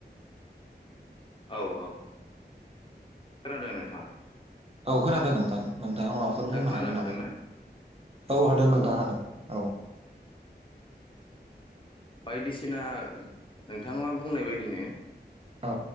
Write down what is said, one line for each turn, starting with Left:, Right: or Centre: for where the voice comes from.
Left: औ औ खोनादों नोंथाङा
Right: औ खोनादों नोंथां नोंथाङा माबाफोर बुंनो
Left: खोनानो
Right: हागोन
Left: हादोंना
Right: नामा औ हादों नोंथाङा हादों औ <inaudible>
Left: बायदिसिना नोंथाङा मा बुंनाय बायदिनो
Right: औ